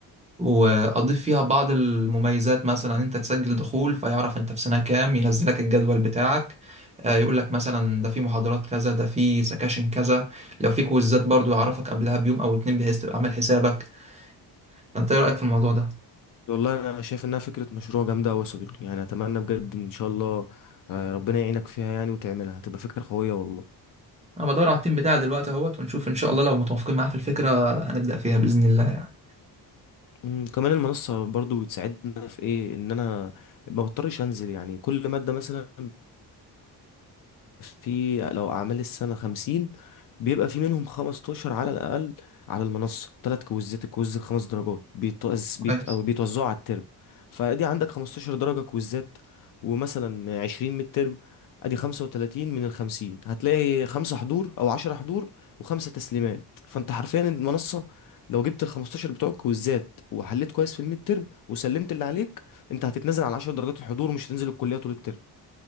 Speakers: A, on the right; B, on the left.
A: واضيف فيها بعض المميزات مثلا انت تسجل دخول فيعرف انت في سنة كام ينزلك الجدول بتاعك آه، يقول لك مثلا ده في محاضرات كذا ده في سكاشن كذا لو في كويزات برضو يعرفك قبلها بيوم او اتنين بحيث تبقى عامل حسابك فانت ايه رأيك في الموضوع ده
B: والله انا شايف انها فكره مشروع جامده قوي يا صديقي يعني اتمنى بجد ان شاء الله آه، ربنا يعينك فيها يعني وتعملها هتبقى فكره قويه والله
A: انا بدور على التيم بتاعي دلوقتي اهوت ونشوف ان شاء الله لو متوافقين معاه في الفكرة هنبدأ فيها بإذن الله يعني
B: مم، كمان المنصة برضو بتساعدنا في ايه ان انا ما بضطرش انزل يعني كل مادة مثلا في لو أعمال السنة خمسين بيبقى في منهم خمستاشر على الأقل على المنصة تلات كويزات الكويز بخمس درجات بيتوز...
A: كويس
B: بيت... أو بيتوزعوا على الترم فأدي عندك خمستاشر درجة كويزات ومثلا عشرين من الترم أدي خمسة وتلاتين من الخمسين هتلاقي خمسة حضور أو عشرة حضور وخمسة تسليمات فأنت حرفيا المنصة لو جبت الخمستاشر بتوع الكويزات وحليت كويس في الميد ترم وسلمت اللي عليك أنت هتتنزل على عشر درجات الحضور ومش هتنزل الكلية طول الترم